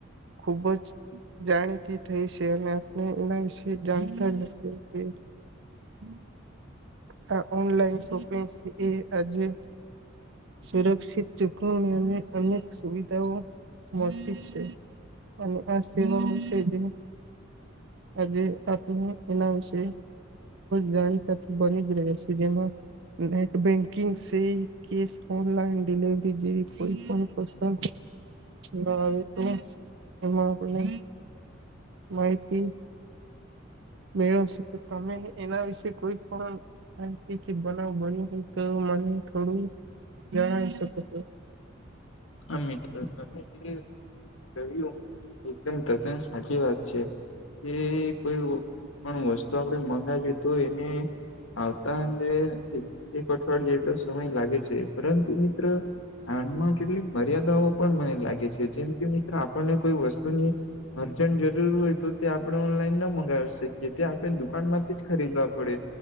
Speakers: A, on the right; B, on the left.
A: ખૂબ જ જાણીતી થઈ છે અને આપણે એના વિશે જાણતા જ હશે કે હમ <inaudible> આ ઓનલાઈન શોપિંગ એ આજે સુરક્ષિત ચૂકવણી અને અનેક સુવિધાઓ મળતી છે અને આ સેવાનું છે જે આજે આપનું એના વિશે જાણ બની જ રહ્યા છે જેમાં નેટ બેન્કિંગ છે કે ઓનલાઈન ડિલવરી જેવી કોઈ પણ પસલ ના તો એમાં આપને માહિતી તો તમે વિશે કોઈ પણ માી કે બનાવ બન્યો હોય તો મને થોડું જણાવી શકો હતો
B: હા મિત્રો તમે જે કહ્યું એકદમ તદ્દન સાચી વાત છે એ કોઈ પણ વસ્તુ આપણેે મંગાવી તો એને આવતાજે એક એક અઠવાડયે જેટલો સમય લાગે છે પરંતુ મિત્ર આનમાં કેટલીક મર્યાદાઓ પણ મને લાગે છે જેમ કે મિત્ર આપણને કોઈ વસ્તુની અર્જન્ટ જરૂર હોય તો તે આપણે ઓનલાઈન ના મગાવી શકીએ એ તે આપણે દુકાનમાંથી જ ખરીદવા પડે